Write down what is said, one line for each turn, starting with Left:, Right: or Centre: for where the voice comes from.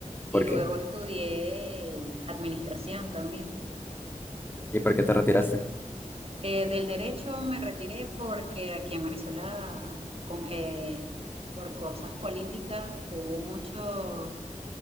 Left: ¿por
Right: Y luego
Left: qué?
Right: estudié administración también.
Left: ¿Y por qué te retiraste?
Right: Eh, del derecho me retiré porque aquí en Venezuela, con- eh, por cosas políticas, hubo muchos